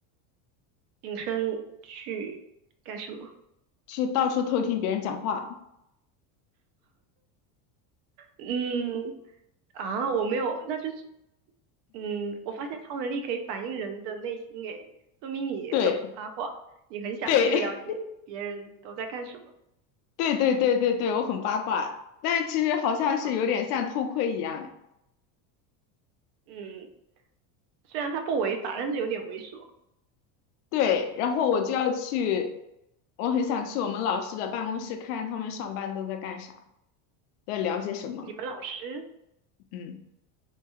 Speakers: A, on the right; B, on the left.
A: 隐身去干什么。
B: 去到处偷听别人讲话。
A: 嗯，啊，我没有，那就是，嗯，我发现超能力可以反映人的内心，诶，说明你很八卦，
B: 对
A: 你很想去了解别人都在干什么。
B: 对 <laughs> 对对对对对，我很八卦，但其实好像是有点像偷窥一样。
A: 嗯嗯，虽然他不违法，但是有点猥琐。
B: 对，然后我就要去，我很想去我们老师的办公室看看他们上班都在干啥，在聊些什么。
A: 你们老师
B: 嗯，